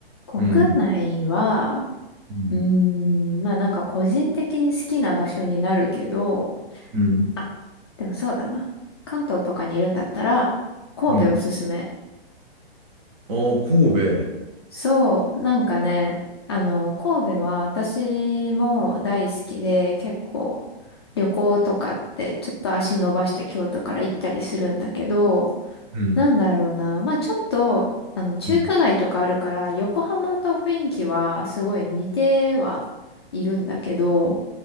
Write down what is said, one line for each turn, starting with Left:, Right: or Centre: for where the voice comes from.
Left: 国内は、
Right: んん、うん、
Left: うーん、まあなんか個人的に好きな場所になるけど、
Right: うん、
Left: あ、でもそうだな。関東とかにいるんだったら、神戸おすすめ。
Right: うん。ああ、神戸。
Left: そう、なんかね、あの、神戸は私も大好きで、結構旅行とかってちょっと足伸ばして京都から行ったりするんだけど、
Right: うん、
Left: なんだろうな。まあちょっと、あの、中華街とかあるから、
Right: うん、
Left: 横浜と雰囲気はすごい似てはいるんだけど、